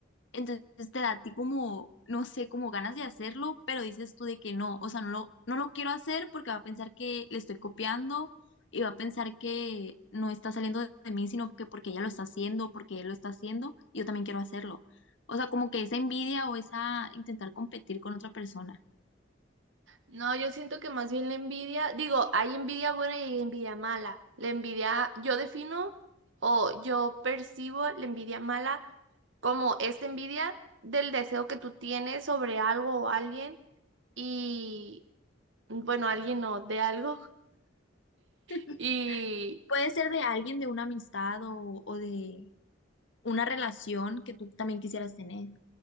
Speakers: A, on the left; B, on the right.
A: Entonces te da a ti como, no sé, como ganas de hacerlo, pero dices tú de que no, o sea, no lo, no lo quiero hacer porque va a pensar que le estoy copiando y va a pensar que no está saliendo de de mí, sino que porque ella lo está haciendo, porque él lo está haciendo y yo también quiero hacerlo. O sea, como que esa envidia o esa intentar competir con otra persona.
B: No, yo siento que más bien la envidia, digo, hay envidia buena y hay envidia mala. La envidia, yo defino o yo percibo la envidia mala como esta envidia del deseo que tú tienes sobre algo o alguien y, bueno, alguien no, de algo
A: <laughs>
B: <laughs> y,
A: Puede ser de alguien, de una amistad o, o de una relación que tú también quisieras tener.